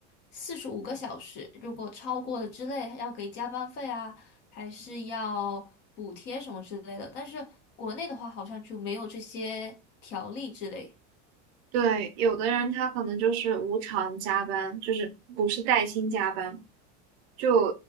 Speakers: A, on the left; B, on the right.
A: 四十五个小时，如果超过了之类，要给加班费啊，还是要补贴什么之类的。但是国内的话，好像就没有这些条例之类。
B: 对，有的人他可能就是无偿加班，就是不是带薪加班，就